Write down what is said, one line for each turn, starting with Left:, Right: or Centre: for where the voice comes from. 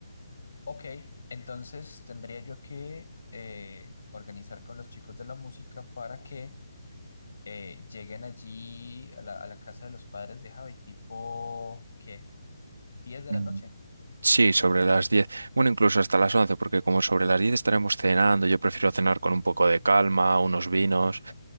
Left: Ok, entonces tendría yo que eh, organizar con los chicos de la música para que eh, lleguen allí a la, a la casa de los padres de Javi, tipo, ¿qué? diez de
Right: Mm,
Left: la noche?
Right: Sí,
Left: Más
Right: sobre
Left: o menos.
Right: las diez Bueno, incluso hasta las 11 porque como sobre las 10 estaremos cenando, yo prefiero cenar con un poco de calma, unos vinos
Left: Ok,